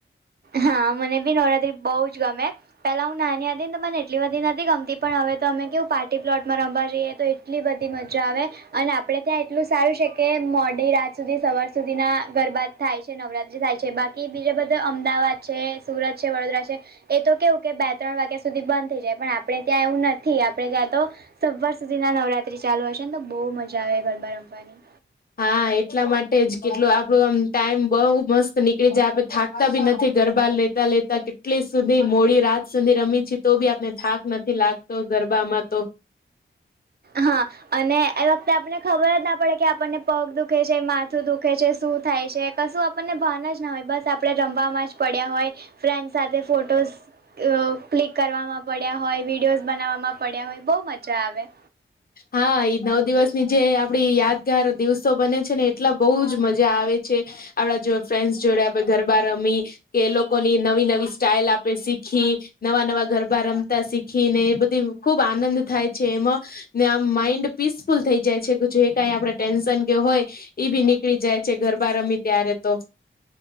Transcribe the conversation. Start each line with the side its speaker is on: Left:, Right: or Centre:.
Right: હા મને બી નવરાત્રી બઉ જ ગમે પેલા હું નાની આ હતી ને તો મને એટલી બધ નથી ગમતી પણ હવે તો અમે કેવું પાર્ટી પ્લોટમાં રમવા જઈએ તો એટલી બધી મજા આવે અને આપડણે ત્યાં એટલું સારું છે કે મોડી રાત સુધી સવાર સુધી ના ગરબાત થાય છે નવરાત્રી થાય છે બાકી બીજા બધા અમદાવાદ છે સુરત છે વડોદરા છે એ તો કેવું કે બે ત્રણ વાગ્યા સુધી બંધ થઈ જાય પણ આપણે ત્યાં એવું નથી આપણે ત્યાં તો સવાર સુધી ના નવરાત્રી ચાલુ હશે ને તો બહુ મજા આવે ગરબા રમવાની
Left: હા એટલા માટે જ કેટલું આપડો આમ ટાઈમ બઉુ મસ્ત નીકળી જાય આપે થાકતા બી નથી ગરબાર લે લેતા કેટલી સુધી મોડી રાત સુધી રમી છે તો બી આપને થાક નથી લાગતો ગરબામાં તો
Right: હા અને એ વખતે આપને ખબર જ ના પડે કે આપણને પગ દુખે છે માથું દુખે છે શું થાય છે કશું આપણને ભાન જ ના હોય બસ આપડણે રમવામાં જ પડ્યા હોય ફ્રેન્ડ સાથે ફોટોસ ક્લિક કરવામાં પડ્યા હોય વિડીયોઝ બનાવવામાં પડ્યા હોય બહુ મજા આવે
Left: હા નવ દિવસની જે આપડી યાદગાર દિવસો બને છે ને એટલા બહુજ મજા આવે છે આપડા જો ફ્રેન્ડસ જોડે આપે ઘર બાર રમી કે એ લોકોની નવી નવી સ્ટાઈલ આપણે શીખી નવા નવા ગરબા રમતા શીખી ને એ બધી ખુબ આનંદ થાય છે એમાં ને આમ માઈન્ડ પીસફુલ થઈ જાય છે કે જે કાઈ આપણે ટેન્શન કે હોય ઈ ભી નીકળી જાય છે ગરબા રમી ત્યારે તો